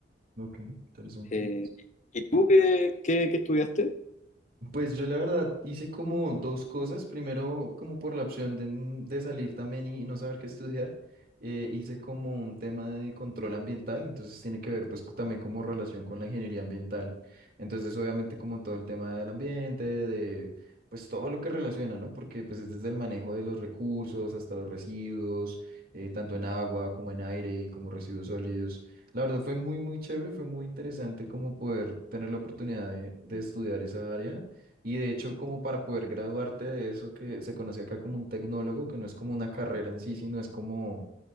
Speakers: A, on the right; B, on the left.
A: Ok, interesante.
B: Eh, ¿y tú qué, qué, qué estudiaste?
A: Pues yo la verdad hice como dos cosas. Primero, como por la opción de, n- de salir también y no saber qué estudiar, eh, hice como un tema de control ambiental, entonces tiene que ver pues co- también como relación con la ingeniería ambiental. Entonces obviamente como todo el tema del ambiente, de pues todo lo que relaciona, ¿no? Porque pues es desde el manejo de los recursos hasta los residuos, eh, tanto en agua como en aire, como residuos sólidos. La verdad fue muy, muy chévere, fue muy interesante como poder tener la oportunidad de, de estudiar esa área. Y de hecho, como para poder graduarte de eso que se conoce acá como un tecnólogo, que no es como una carrera en sí, sino es como,